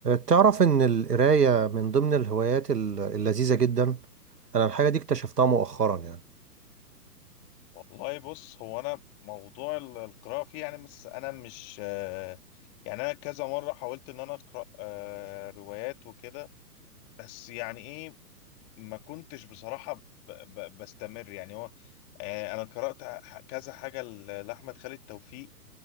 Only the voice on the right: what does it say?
تعرف إن القراية من ضمن الهوايات ال- اللذيذة جدا أنا الحاجة دي اكتشفتها مؤخرا يعني